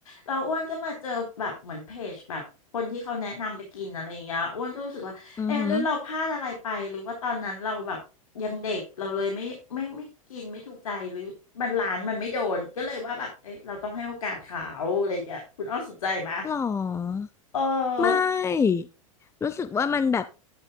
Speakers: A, on the left; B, on the left.
A: เราอ้วนก็มาเจอแบบเหมือนเพจแบบคนที่เขาแนะนำไปกินอะไรอย่างเงี้ยอ้วนก็รู้สึกว่า
B: อือหือ
A: เอะหรือเราพลาดอะไรไปหรือว่าตอนนั้นเราแบบยังเด็กเราเลยไม่ไม่ไม่กินไม่ถูกใจหรือมันร้านมันไม่โดนก็เลยว่าแบบเอ๊ะเราต้องให้โอกาสเขาอะไรอย่างเงี้ยคุณอ้อสนใจไหมะ
B: หรอ
A: เออ
B: ไม่รู้สึกว่ามันแบบ